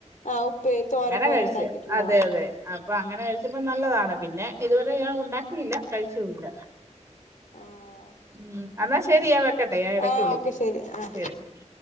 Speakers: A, on the left; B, on the right.
A: ആഹ് ഉപ്പേരി തോരൻ
B: ഉടനെ
A: പോലെ
B: കഴിച്ചെ
A: ഉണ്ടാക്കിട്ടുണ്ടാവും
B: അതെ അതെ ആ അപ്പൊ അങ്ങനെ കഴിച്ചപ്പോ നല്ലതാണ് പിന്നെ ഇതുവരെ ഞാൻ ഉണ്ടാക്കിയില്ല കഴിച്ചൂല്ല.
A: ആഹ്.
B: ഉം അന്നാ ശരി ഞാൻ വെക്കട്ടെ ഞാ ഇടക്ക്
A: ആഹ്
B: വിളിക്കാ
A: ഓക്കെ ശരി ആഹ്
B: ശരി ശരി.